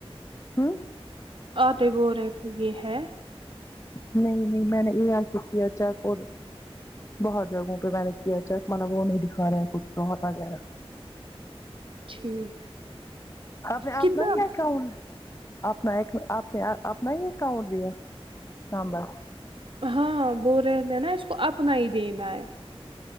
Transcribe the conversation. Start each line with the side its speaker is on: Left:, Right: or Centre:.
Left: ہ
Right: آتے بو رہے تھے یہ ہے
Left: نہیں نہیں میں نے یہ اے ائی چیک اور بہت جگہوں پہ میں نے کیا چیک وہ نہیں دکھا رہے ہیں کچھ بہتا گا
Right: ٹھیک
Left: آپ نے آپ
Right: کتنا
Left: نہیں اکاؤنٹ اپنا ایک آپ نے اپنا ہی ایکؤنٹ دیا نامبر
Right: ہاں بول رہے تھا نا اس کو اپنا ہی دینا ہے